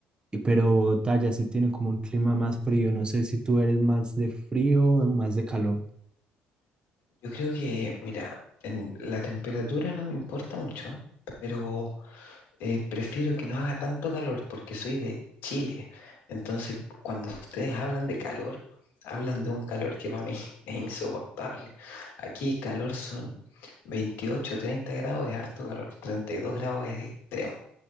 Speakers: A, on the right (about 25°); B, on the left (about 75°).
A: Y pero Bogotá ya sí tiene como un clima más frío. No sé si tú eres más de frío o más de calor.
B: Yo creo que, mira, en la temperatura no me importa mucho, ¿ah? pero eh, prefiero que no haga tanto calor porque soy de Chile. Entonces, cuando ustedes hablan de calor, hablan de un calor que para mí <laughs> es insoportable. Aquí calor son 28, 30 grados es harto calor, 32 grados es extremo.